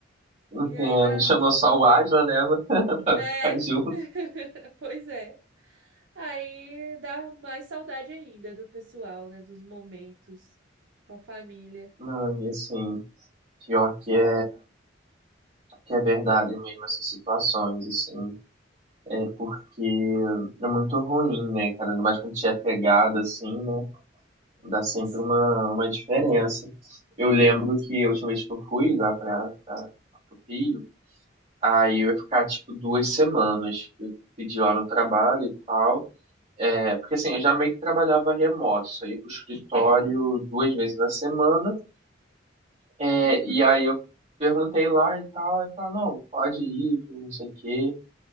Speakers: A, on the right; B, on the right.
A: Entendo.
B: E aí dá.
A: Chamou só o Asla, né? <laughs> Pra
B: É,
A: ficar junto.
B: <laughs> pois é. Aí dá mais saudade ainda do pessoal, né? Dos momentos com a família.
A: Não, e assim, pior que é, que é verdade mesmo essas situações, assim. É porque é muito ruim, né, cara? Ainda mais quando a gente é pegado, assim, né? Dá sempre
B: Sim.
A: uma, uma diferença. Eu lembro que a última vez que eu fui lá pra, pra, pro Rio, aí eu ia ficar, tipo, duas semanas. Eu pedi lá no trabalho e tal. É, porque assim, eu já meio que trabalhava remoto, só ia pro escritório duas vezes na semana, é,
B: Uhum.
A: e aí eu perguntei lá e tal, e falaram, não, pode ir, não sei o quê.